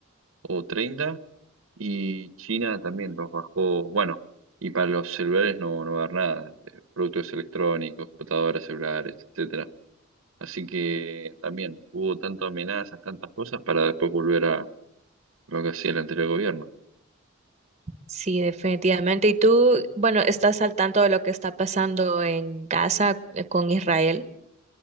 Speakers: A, on the right; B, on the right.
A: o 30%, y China también los bajó, bueno, y para los celulares no, no va a haber nada, eh, productos electrónicos, computadoras celulares, etcétera. Así que también hubo tantas amenazas, tantas cosas para después volver a lo que hacía el anterior gobierno.
B: Sí, definitivamente. Y tú, bueno, ¿estás al tanto de lo que está pasando en Gaza eh, con Israel?